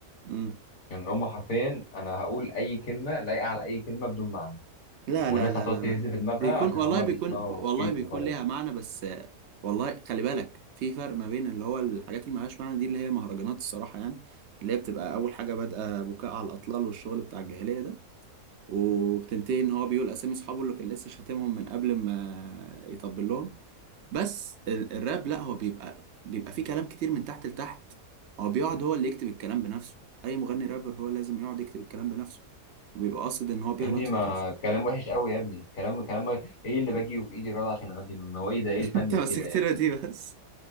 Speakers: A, on the right; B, on the left.
A: مم.
B: ان هم حرفيا انا هقول اي كلمه لايقه على اي كلمه بدون معنى
A: لا
B: والناس
A: لا لا
B: هتقعد
A: لا
B: تهز
A: لا
B: في دماغها
A: بيكون
B: عشان
A: والله
B: هم
A: بيكون
B: بيسمعوا
A: والله
B: بيت
A: بيكون
B: وخلاص
A: ليها معنى بس آه، والله خلي بالك في فرق ما بين اللي هو الحاجات اللي ملهاش معنى دي اللي هي مهرجانات الصراحة يعني اللي هي بتبقى أول حاجة بادئة بكاء على الأطلال والشغل بتاع الجاهلية ده وبتنتهي إن هو بيقول أسامي أصحابه اللي كان لسه شاتمهم من قبل ما يطبل لهم بس ال- الراب لا هو بيبقى بيبقى فيه كلام كتير من تحت لتحت هو بيقعد هو اللي يكتب الكلام بنفسه اي مغني رابر هو لازم يقعد يكتب الكلام بنفسه وبيبقى قاصد ان هو بيغلط
B: يا ابني ما
A: في كذا
B: الكلام وحش قوي يا ابني كلام كلام ايه اللي باجي وفي ايدي الرضا عشان اغني له هو ايه ده ايه
A: <laughs>
B: الفن
A: انت
B: في
A: مسكتنا
B: كده يعني
A: دي بس